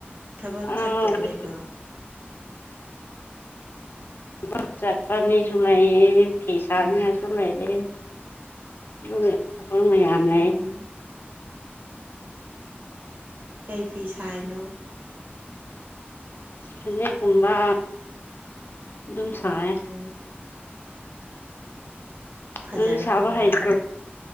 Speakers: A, on the right; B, on the left.
A: ꯊꯕꯛ
B: ꯑꯥ
A: ꯆꯠꯇꯣꯏ
B: ꯊꯕꯛ
A: ꯂꯩꯕ꯭ꯔꯣ
B: ꯊꯥꯕꯛ ꯆꯠꯄꯥ ꯃꯤꯁꯨ ꯂꯩꯌꯦ ꯐꯤ ꯁꯥꯅꯤꯉꯥꯏꯁꯨ
A: ꯎꯝ
B: ꯂꯩꯌꯦ꯫ ꯑꯗꯨꯒ ꯊꯕꯛ ꯃꯌꯥꯝ ꯂꯩ꯫
A: ꯎꯝ ꯀꯩ ꯐꯤ ꯁꯥꯏꯅꯣ
B: ꯐꯅꯦꯛꯀꯨꯝꯕ ꯑꯗꯨꯝ ꯁꯥꯏ꯫
A: ꯎꯝ ꯐꯖꯔꯝꯗꯧ
B: ꯅꯪꯅ ꯁꯥꯕ ꯍꯥꯏꯗꯦ
A: ꯃꯥꯜꯂꯦ